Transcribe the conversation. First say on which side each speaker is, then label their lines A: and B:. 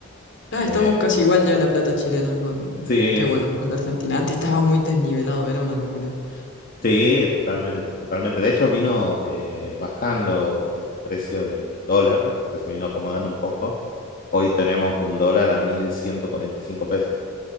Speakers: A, on the left; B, on the left.
A: Ah,
B: Eh,
A: estamos casi igual ya la plata chilena con,
B: sí,
A: qué bueno,
B: sí, sí,
A: con
B: sí,
A: la
B: sí.
A: Argentina. Antes estaba muy desnivelado, era una locura.
B: Sí, totalmente, totalmente. De hecho, vino eh, bajando el precio del dólar, o sea, se vino acomodando un poco. Hoy tenemos un dólar a 1.145 pesos.